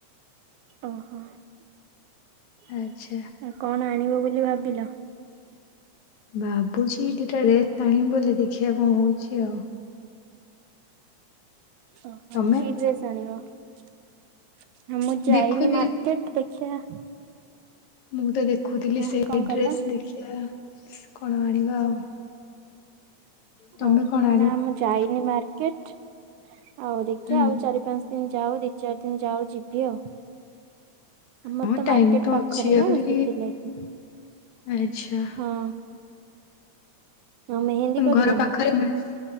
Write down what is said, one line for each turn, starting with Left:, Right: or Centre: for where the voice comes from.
Right: ଓହୋ ଆଉ
Left: ଆଚ୍ଛା
Right: କଣ ଆଣିବ? ବୋଲି ଭାବିଲ।
Left: ଭାବୁଛି ଦିଟା ଡ୍ରେସ ଆଣିବି ବୋଲି ଦେଖିବା କଣ ହଉଛି ଆଉ।
Right: ଓ
Left: ତମେ?
Right: କି ଡ୍ରେସ ଆଣିିବ ମୁଁ ଯାଇନି
Left: ଦେଖୁଥିଲି
Right: ମାର୍କେଟ ଦେଖିବା?
Left: ମୁଁ ତ ଦେଖୁଥିଲି
Right: ଆ
Left: ସେ
Right: କଣ କହିଲ
Left: ଡ୍ରେସ ଦେଖିବା କଣ ଆଣିବ ଆଉ? ତମେ
Right: ଓହୋ
Left: କଣ ଆଣିବ?
Right: ନା ମୁଁ ଯାଇନି ମାର୍କେଟ ଆଉ ଦେଖିବା
Left: ହୁଁ
Right: ଆଉ ଚାରି ପାଞ୍ଚ ଦିନ ଯାଉ। ଯାଉ ଦି ଚାରି ଦିନ ଯାଉ ଯିବି ଆଉ। ଆମର
Left: ହଁ
Right: ତ
Left: ଟାଇମ
Right: ମାର୍କେଟ ପାଖରେ
Left: ଅଛି ଆହୁରି
Right: ନା ସେଥିଲାଗି
Left: ଆଚ୍ଛା
Right: ହଁ। ଆଉ ମେହେନ୍ଦୀ
Left: ତମ
Right: କରିବ
Left: ଘର ପାଖରେ
Right: ନା?
Left: ମିଳୁଛି